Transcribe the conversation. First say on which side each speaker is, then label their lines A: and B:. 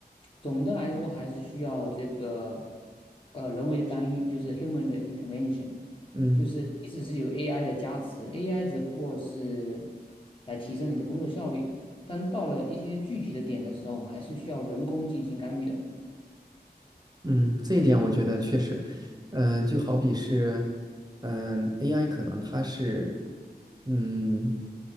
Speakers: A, on the left; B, on the right.
A: 总的来说还是需要这个呃人为的干预，就是 human 的 intervention，
B: 嗯。
A: 就是即使是有 AI 的加持，AI 只不过是来提升你的工作效率，但到了一些具体的点的时候，还是需要人工进行干预的。
B: 嗯，这一点我觉得确实，嗯、就好比是，嗯、a i 可能它是，嗯，